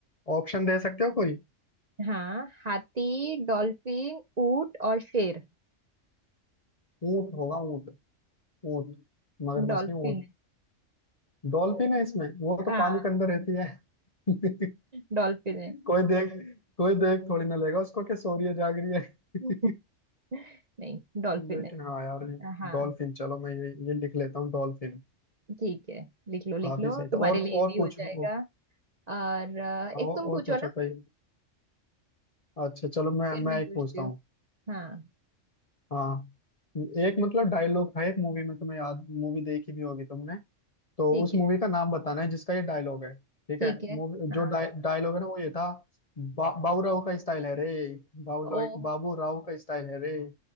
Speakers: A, on the left; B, on the right.
A: ऑप्शन दे सकते हो कोई
B: हाँ हाथी डॉल्फिन ऊंट और शेर
A: ऊंट होगा ऊंट ऊंट मगरमच्छ
B: डॉल्फिन
A: नहीं ऊंट
B: है
A: डॉल्फिन है इसमें वो तो
B: हाँ
A: पानी के अंदर रहती है <laughs>
B: डॉल्फिन है
A: कोई देख कोई देख थोड़ी ना लेगा उसको कि सो रही है जाग रही है
B: <laughs>
A: <laughs>
B: नहीं डॉल्फिन
A: लेकिन
B: है
A: हाँ यार
B: हाँ
A: डॉल्फिन चलो मैं ये ये लिख लेता हूँ डॉल्फिन
B: ठीक है लिख लो
A: काफी
B: लिख लो
A: सही
B: तुम्हारे
A: था और
B: लिए
A: और
B: भी
A: पूछो
B: हो जाएगा
A: और,
B: और अ,
A: और
B: एक तुम पूछो
A: पूछो
B: ना
A: कोई अच्छा चलो मैं
B: फिर
A: मैं
B: मैं
A: एक
B: पूछती
A: पूछता
B: हूँ
A: हूँ
B: हाँ
A: हाँ एक मतलब डायलॉग था एक मूवी में तुम्हें याद मूवी देखी भी होगी तुमने तो
B: ठीक
A: उस
B: है
A: मूवी का नाम बताना है जिसका ये डायलॉग है ठीक
B: ठीक
A: है
B: है
A: मूवी
B: हाँ
A: जो डाय, डायलॉग है ना वो ये था बा, बाबू राव का स्टाइल है रे बाबू
B: ओह
A: राव बाबू राव का स्टाइल है रे